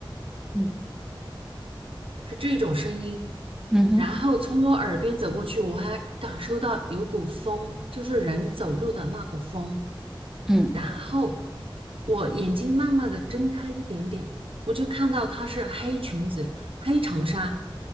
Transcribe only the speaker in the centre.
嗯
嗯哼
嗯